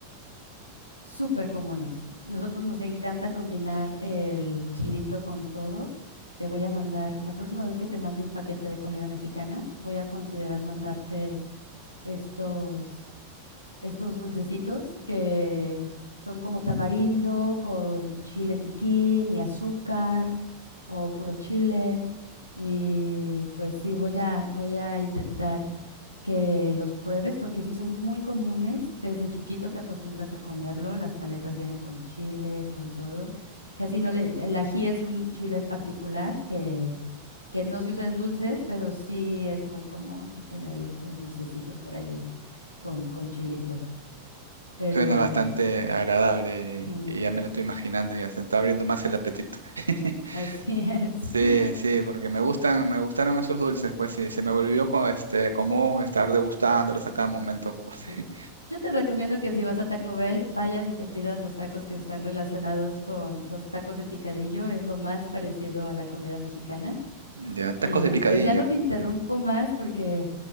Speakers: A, on the left (about 85°); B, on the right (about 75°).
A: Súper comunes. Nosotros nos encanta combinar el chilito con todo. Te voy a mandar, la próxima vez que te mande un paquete de comida mexicana, voy a considerar mandarte estos estos dulcecitos que son como tamarindo con chile piquín y azúcar o puro chile. Y pues sí, voy a, voy a intentar que los pruebes porque sí son muy comunes. Desde chiquito te acostumbras a comerlo. Las paletas vienen con chile, con todo. Casi no le, el ají es un chile en particular que, que no se usa en dulces, pero sí es muy común tener el, el dulcecito por allí con, con chilito. Pero
B: Suena bastante agradable
A: mm,
B: y, y ya me lo estoy imaginando, ya se está abriendo más el apetito. <laughs>
A: <laughs> así es.
B: Sí, sí, porque me gustan, me gustaron esos dulces, pues sí, se me volvió co- este, común estar degustándolos a cada momento, pues.
A: Sí.
B: <laughs>
A: Yo te recomiendo que si vas a Taco Bell, vayas y te pidas los tacos que están relacionados con los tacos de picadillo. Es lo más parecido a la comida mexicana.
B: Ya, tacos
A: Y
B: de picadillo.
A: pues ya no te interrumpo más porque